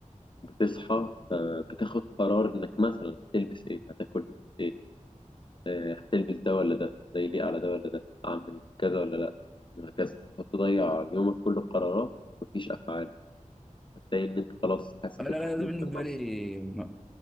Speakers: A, on the left; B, in the centre.
A: بتصحى آه بتاخد قرار إنك مثلا هتلبس إيه هتاكل إيه آه هتلبس ده ولا ده ده يليق على ده ولا ده أعمل كذا ولا لأ وهكذا هتضيع يومك كله قرارات مفيش أفعال هتلاقي إن أنت خلاص حاسس
B: آه لا
A: بالخمول
B: لا ده بالنسبه
A: في النص
B: لي ما...